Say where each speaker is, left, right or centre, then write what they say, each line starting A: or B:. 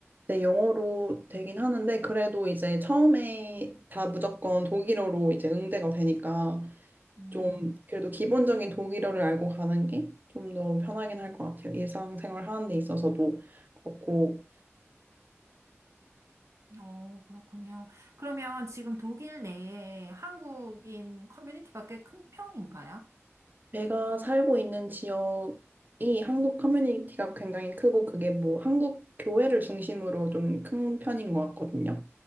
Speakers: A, on the right; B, on the right.
A: 네, 영어로 되긴 하는데, 그래도 이제 처음에 다 무조건 독일어로 이제 응대가 되니까,
B: 음,
A: 좀, 그래도 기본적인 독일어를 알고 가는 게 좀 더 편하긴 할 것 같아요. 일상생활 하는 데 있어서도 그렇고,
B: 어, 그렇군요. 그러면 지금 독일 내에 한국인 커뮤니티가 꽤 큰 편인가요?
A: 제가 살고 있는 지역이 한국 커뮤니티가 굉장히 크고, 그게 뭐 한국 교회를 중심으로 좀 큰 편인 것 같거든요.